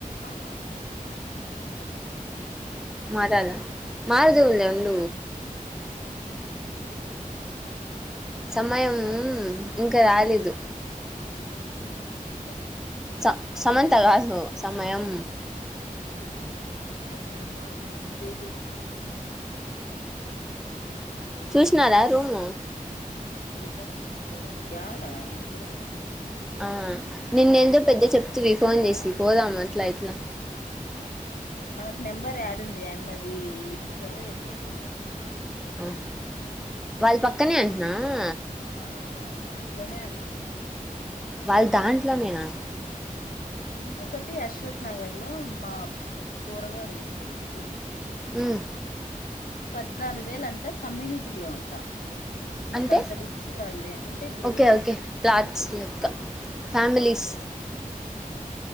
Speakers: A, on the left; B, in the centre.
A: ఆ సమా అద
B: మారాలా మారుదవులే ఉళ్ళ
A: హ మాలుదా
B: సమయం ఇంకా రాలేదు
A: సమను స
B: స సమంత గాదు సమయం
A: సమయం ఆసన్నమైంది
B: చూష్నారా రూమ్
A: చూద్దాం, పోదాం యాడా ఇప్పుడే కదే
B: ఆ నిన్నెందో పెద్ద చెప్తివి ఫోన్
A: కాదు
B: జేసి పోదాం అట్లా ఇట్లా
A: మనకి నెంబర్ యాడుంది ఆయమ్మది ఎత్తుతుదే ఎత్తదో
B: ఆహా వాళ్ళ పక్కనే ఉంటున్నవా
A: ఆ వాళ్ళ దాంట్లోనే అంటా
B: వాళ్ దాంట్లో నేనా
A: ఇంకొకటి అశ్వథ్ నగర్ లో మా పొరగాడు చెప్పిండు
B: ఉమ్
A: పద్నాలుగు వేలంట, కమ్యూనిటీ లో అంట మాకు
B: అంటే?
A: అంత రిచ్ కాదులే అంటే ఇప్పుడు
B: ఓకే ఓకే ప్లాట్స్ లెక్క ఫ్యామిలీస్
A: ఉమ్